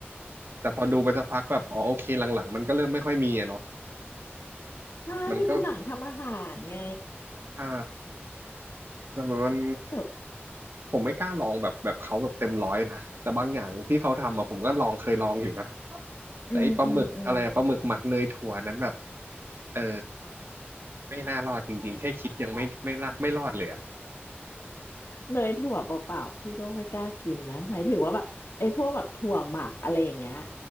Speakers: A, on the right (about 65°); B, on the left (about 75°).
A: แต่พอดูไปสักพักแบบอ๋อโอเคหลังๆมันก็เริ่มไม่ค่อยมีอะเนาะ
B: ใช่มันเป็นหนังทำอาหารไง
A: มันก็ใช่แต่มัน
B: แต่
A: ผมไม่กล้าลองแบบแบบเขาแบบเต็มร้อยนะแต่บางอย่างที่เขาทำอะผมก็ลองเคยลองอยู่นะ แต่ไอปลาหมึกอะไรอะปลาหมึกหมักเนยถั่วนั้นแบบ
B: อืมอืมอืม
A: เออไม่น่ารอดจริงๆแค่คิดยังไม่ไม่น่าไม่รอดเลยอ่ะ
B: เนยถั่วเปล่าๆพี่ก็ไม่กล้ากินนะหมายถึงว่าแบบไอ้พวกแบบถั่วหมักอะไรอย่างเงี้ย